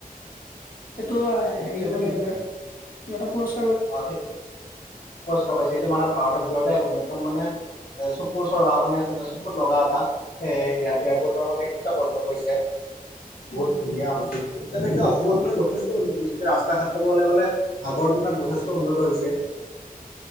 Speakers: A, on the left; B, on the left.
A: টো হেৰিও
B: সেইটো
A: পালে
B: কিন্তু
A: এইবাৰ কিবা এটা প
B: অ সেই পুৰস্কাৰ পাইছে সেইটো মানে ভাৰতৰ ভিতৰতে এক অন্যতম মানে এ চকু চৰহা অহা মানে চকুত লগা এটা সেই এয়াৰ এয়াৰপৰ্ট ৰ মানে কিতাপ অৰ্জন কৰিছে বহুত
A: উম
B: ধুনীয়া অঞ্চলটো তেনেকে অসমত মানে যথেষ্ট উন্নতি হৈছে এতিয়া ৰাস ৰাস্তা ঘাট কবলৈ গ'লে আগৰ দিনৰ যথেষ্ট উন্নত হৈছে